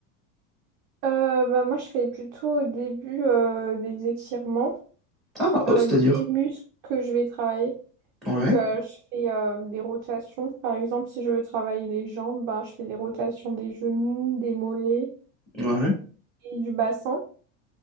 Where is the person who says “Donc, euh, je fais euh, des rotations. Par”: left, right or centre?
Right